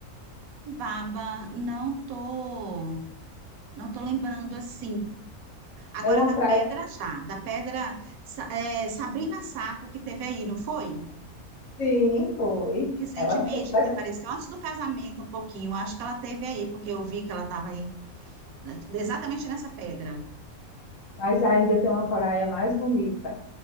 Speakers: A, on the right; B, on the left.
A: Baba, não tô, não tô lembrando assim. Agora
B: É uma
A: da
B: praia,
A: pedra já, da pedra Sa- é, Sabrina Sato que teve aí, não foi?
B: sim, foi.
A: Recentemente,
B: Ela mesmo, mas,
A: que apareceu antes do casamento um pouquinho, acho que ela teve aí, porque eu vi que ela estava aí, né, exatamente nessa pedra.
B: mas ainda tem uma praia mais bonita